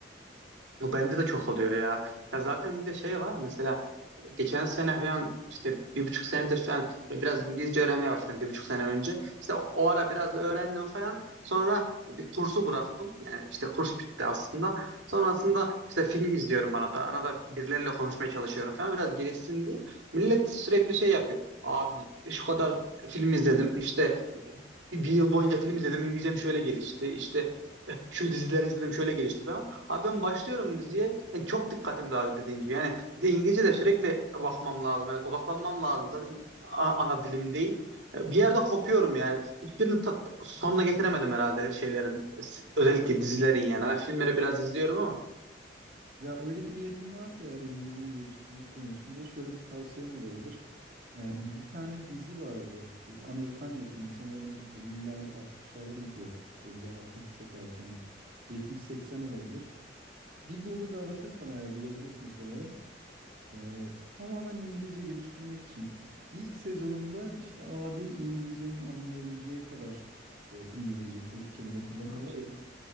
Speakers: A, on the right; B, on the right.
A: Bu bende de çok oluyor ya. Ya zaten bir de şey var mesela e, geçen sene falan işte bir buçuk senedir falan böyle biraz İngilizce öğrenmeye başladım bir buçuk sene önce. İşte o, o ara biraz da öğrendim falan. Sonra bir kursu bıraktım. Yani işte kurs bitti aslında. Sonrasında işte film izliyorum arada. Arada birileriyle konuşmaya çalışıyorum falan biraz gelişsin diye. Millet sürekli şey yapıyor. Abi şu kadar film izledim işte bir, bir yıl boyunca film izledim. İngilizcem şöyle gelişti. İşte e, şu dizileri izledim şöyle gelişti falan. Abi ben başlıyorum diziye. Yani çok dikkatim dağıldı dediğin gibi. Yani bir de İngilizce de sürekli bakmam lazım. Yani odaklanmam lazım. Zaten a- ana dilim değil. E, Bir yerde kopuyorum yani. Hiçbirini tat, sonuna getiremedim herhalde şeylerin. s- Özellikle dizilerin yani. Hani Filmleri biraz izliyorum ama.
B: Ya öyle bir niyetin varsa eğer İngilizceni geliştirmek konusunda şöyle bir tavsiyem olabilir. Ee, bir tane dizi vardı. Bu Amerikan yapımı sanırım 50'lerde 60'larda mı? Yok 50-60 çok erken. 70-80 olabilir. Bir Google'da aratırsan eğer bulabilirsin sanırım. Ee, tamamen İngilizce geliştirmek için. İ- İlk sezonunda işte A1 İngilizcenin anlayabileceği kadar e, İngilizce ke- kelime kullanıyorlar.
A: Hadi ya.